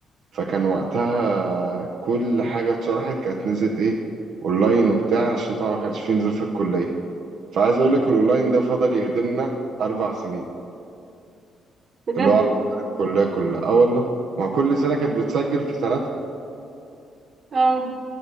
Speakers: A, on the right; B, on the right.
A: فكان وقتها كل حاجة اتشرحت كانت نزلت ايه اونلاين وبتاع عشان طبعا ما كانش فيه نزول في الكلية فعايز اقول لك الاونلاين ده فضل يخدمنا اربع سنين
B: بجد
A: اللي هو
B: والله
A: الكلية كلها اه والله مع كل سنة كانت بتسجل في سنتها
B: اه